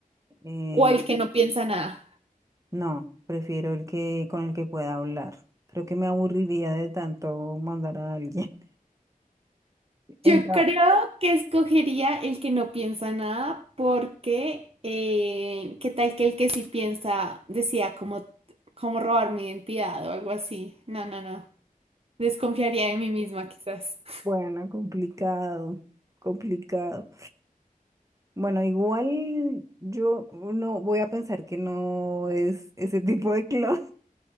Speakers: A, on the right; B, on the right.
A: eh,
B: O el que no piensa nada.
A: no, prefiero el que con el que pueda hablar. Creo que me aburriría de tanto mandar a alguien. <laughs> En
B: Yo
A: ca-
B: creo que escogería el que no piensa nada porque eh, ¿qué tal que el que sí piensa decía como, como robar mi identidad o algo así? No, no, no. Desconfiaría de mí misma, quizás. <laughs>
A: bueno, complicado, complicado. Bueno, igual yo no voy a pensar que no es ese tipo de clon.